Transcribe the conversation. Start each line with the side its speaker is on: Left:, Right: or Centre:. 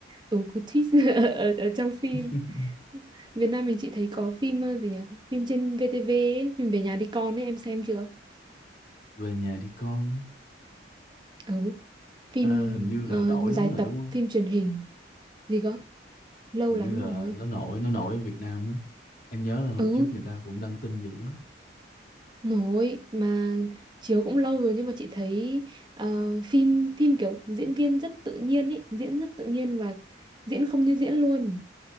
Right: ừ, cú twist <laughs> ở, ở, ở trong
Left: <laughs>
Right: phim Việt Nam mình chị thấy có phim ờ, gì nhỉ phim trên VTV ấy, phim Về nhà đi con ấy em xem chưa
Left: về nhà đi con
Right: ừ phim
Left: Ờ, hình như là
Right: ờ,
Left: nổi
Right: dài
Left: lắm rồi
Right: tập
Left: đúng không?
Right: phim truyền hình gì cơ lâu
Left: Hình
Right: lắm
Left: như
Right: rồi
Left: là nó nổi, nó nổi ở Việt Nam á. Em nhớ là hồi
Right: ừ
Left: trước người ta cũng đăng tin dữ lắm.
Right: Nổi mà chiếu cũng lâu rồi nhưng mà chị thấy ờ, phim phim kiểu diễn viên rất tự nhiên ý, diễn rất tự nhiên và diễn không như diễn luôn.